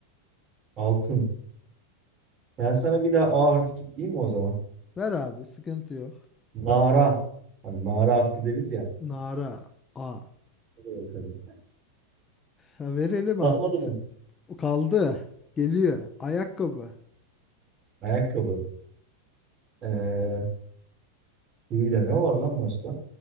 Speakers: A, on the right; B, on the left.
A: Altın. Ben sana bir daha A harfi kilitleyeyim mi o zaman?
B: Ver abi. Sıkıntı yok.
A: Nara. Hani nara attı deriz ya.
B: Nara. A.
A: Hadi bakalım.
B: Ha, verelim
A: Sarmadı
B: abi. Sı-
A: mı?
B: Kaldı. Geliyor. Ayakkabı.
A: Ayakkabı. Ee, hıyla ne var lan başka?